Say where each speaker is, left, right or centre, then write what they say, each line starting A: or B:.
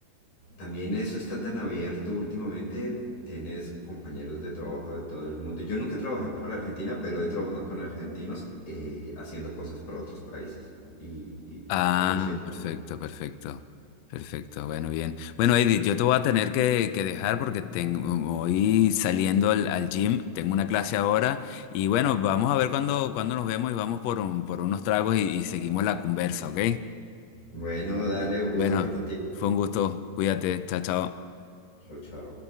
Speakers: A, on the left; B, on the left.
A: también eso está tan abierto últimamente, tienes compañeros de trabajo de todo el mundo. Yo nunca trabajé para Argentina, pero he trabajado con argentinos eh, haciendo cosas para otros países y, y
B: Ah,
A: ha funcionado.
B: perfecto, perfecto. Perfecto, bueno, bien. Bueno, Edith, yo te voy a tener que, que dejar porque tengo, voy saliendo al, al gym, tengo una clase ahora y bueno, vamos a ver cuándo cuándo nos vemos y vamos por, un- por unos tragos y, y seguimos la conversa, ¿ok?
A: Bueno, dale, un gusto
B: Bueno,
A: hablar contigo.
B: fue un gusto, cuídate, chao, chao.
A: Chao, chao.